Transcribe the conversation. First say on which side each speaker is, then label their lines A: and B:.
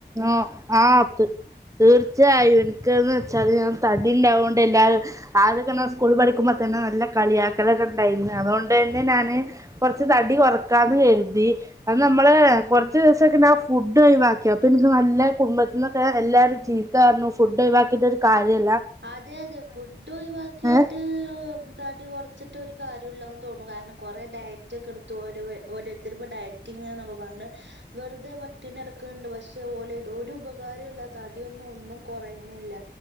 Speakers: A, on the right (about 15°); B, on the right (about 80°).
A: ആ ആപ്പ് തീർച്ചയായും ഇനിക്ക് ന്താച്ചാല് ഞാൻ തടി ഉണ്ടാവുകൊണ്ട് എല്ലാരും ആദ്യൊക്കെ സ്കൂൾ പഠിക്കുമ്പോൾ തന്നെ നല്ല കളിയാക്കലൊക്കെ ഇണ്ടായിനിം അതുകൊണ്ട് തന്നെ ഞാന് കൊറച്ച് തടി കൊറക്കാന്ന് കരുതി അത് നമ്മള് കുറച്ചു ദിവസം <unintelligible> ഫുഡ് ബാക്കി അപ്പൊ എനിക്ക് നല്ല കുടുംബത്തിൽന്നൊക്കെ എല്ലാരും ച്ചീത്തറഞ്ഞു ഫുഡ് ഒഴവാക്കീട്ട് ഒരു കാര്യ <unintelligible>
B: അതെ അതെ ഫുഡ് ഒഴിവാക്കീട്ട്
A: ഏ
B: തടി കുറച്ചിട്ട് <unintelligible> കാര്യല്ലെന്ന് തോന്നുണു കാരണം കുറേ ഡയറ്റൊക്കെ എടുത്തു ഓരോ ഓരോരുത്തരു ഇപ്പോ ഡയറ്റിങ് എന്ന് പറഞ്ഞ് <unintelligible> വെറുതെ പട്ടിണികിടന്നക്കുന്നുണ്ട് പക്ഷേ <unintelligible> ഒരു ഉപകാരമുള്ള തടിയൊന്നും ഒന്നും കുറയണില്ല